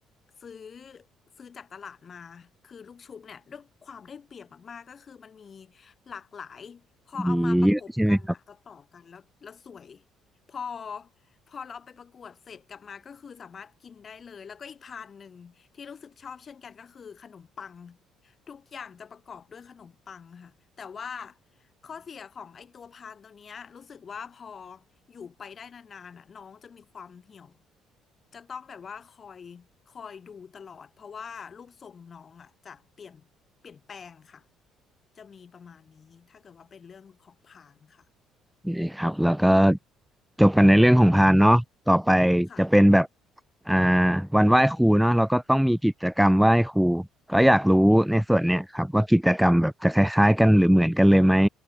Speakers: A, on the left (about 40°); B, in the centre.
A: ซื้อซื้อจากตลาดมาคือลูกชุบเนี่ยด้วยความได้เปรียบมากๆก็คือมันมีหลากหลายพอเอามาประกบกันอ่ะจะต่อๆกันแล้วแล้วสวย
B: มีเยอะใช่ไหมครับ
A: พอพอเราเอาไปประกวดเสร็จกลับมาก็คือสามารถกินได้เลยแล้วก็อีกพานหนึ่งที่รู้สึกชอบเช่นกันก็คือขนมปัง ทุกอย่างจะประกอบด้วยขนมปังค่ะแต่ว่าข้อเสียของไอตัวพานตัวเนี้ยรู้สึกว่าพออยู่ไปได้นานๆอ่ะน้องจะมีความเหี่ยวจะต้องแบบว่าคอยคอยดูตลอดเพราะว่ารูปทรงน้องอ่ะจะเปลี่ยนเปลี่ยนแปลงค่ะจะมีประมาณนี้ถ้าเกิดว่าเป็นเรื่องของพานค่ะ
B: นี่ครับแล้วก็จบกันในเรื่องของพานเนาะต่อไป
A: ค่ะ
B: จะเป็นแบบอ่าวันไหว้ครูเนาะเราก็ต้องมีกิจกรรมไหว้ครูก็อยากรู้ในส่วนเนี้ยครับว่ากิจกรรมแบบจะคล้ายๆกันหรือเหมือนกันเลยไหม